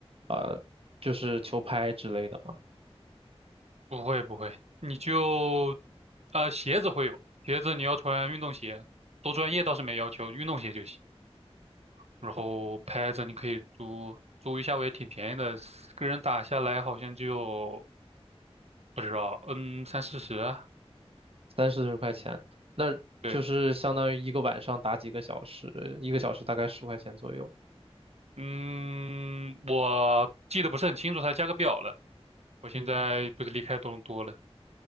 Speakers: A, on the right (about 60°); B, on the right (about 80°).
A: 呃，就是球拍之类的嘛，
B: 不会不会，你就，呃，鞋子会有，鞋子你要穿运动鞋，多专业倒是没要求，运动鞋就行。然后拍子你可以租，租一下我也挺便宜的，个人打下来好像就不知道，嗯，三四十，
A: 三四十块钱，那就是相当于一个晚上打几个小时，
B: 对，
A: 一个小时大概十块钱左右。
B: 嗯，我记得不是很清楚它的价格表了。我现在不是离开多伦多了，
A: 嗯